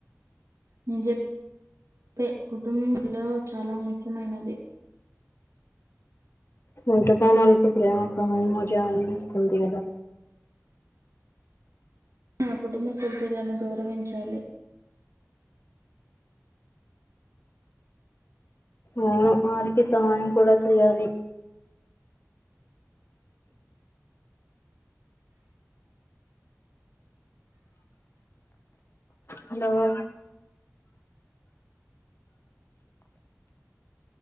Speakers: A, on the right; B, on the left.
A: నేన్ చెప్పే కుటుంబంలో చాలా ముఖ్యమైనది.
B: కుటుంబమంటే <unintelligible> సమయం జాలినిస్తుంది గదా
A: ఆ కుటుంబ సభ్యులను గౌరవించాలి.
B: అవును వారికి సహాయం కూడా చేయాలి హలో